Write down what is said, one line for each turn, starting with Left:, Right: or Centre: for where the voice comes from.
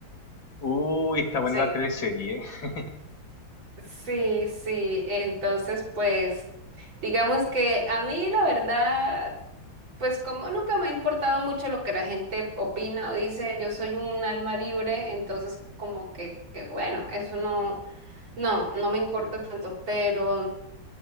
Left: <laughs> uy, está buena
Right: Sí,
Left: la teleserie. <laughs>
Right: sí, sí. Entonces, pues, digamos que a mí la verdad... Pues como nunca me ha importado mucho lo que la gente opina o dice, yo soy un alma libre, entonces como que, que bueno, eso no, no, no me importa tanto, pero